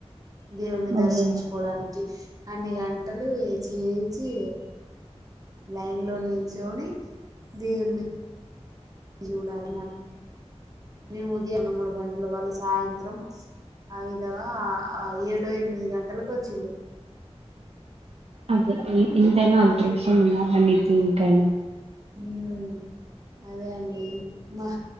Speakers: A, on the right; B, on the right.
A: దేవుని
B: అదే
A: దర్శించుకోవడానికి
B: అదే
A: అన్ని గంటలు వేచి వేచి లైన్ లో నిల్చొని దీన్ని చూడాల నా మేము ఉదయం మూడు గంటల వాళ్ళ సాయంత్రం ఐదవ ఆ అ ఏడో ఎనిమిది గంటలకు వచ్చిళ్ళు
B: అదే ఎ ఎదైనా అదృశ్యం ఉండాలి అండి దెనికైనా
A: మ్ అదే అండి మా